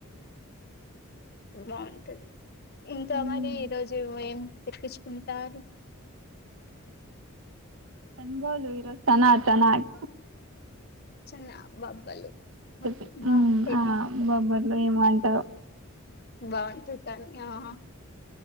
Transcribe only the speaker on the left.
బాగుంటది ఇంకా
మరి ఈ రోజు ఏం ఎకిచ్కుంటారు
చిన్న బొబ్బలు
బాగుంటది
బాగుంటది కాన్ ఆహా